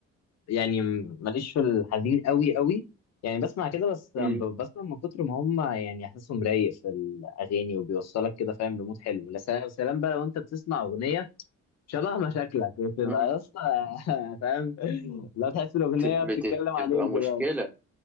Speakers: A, on the left (about 60°); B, in the centre.
A: يعني م- ماليش في الحزين قوي قوي يعني بسمع كده بس ب-
B: مم.
A: بسمع من كتر ما هم يعني احساسهم رايق في الاغاني وبيوصلك كده فاهم لمود حلو لا سلام سلام بقى لو انت بتسمع اغنيه شبه مشاكلك بتبقى
B: مم.
A: يا اسطى <laughs> فاهم لو تحس الاغنيه
B: بت-
A: بتتكلم عليك
B: بتبقى
A: دلوقتي
B: مشكلة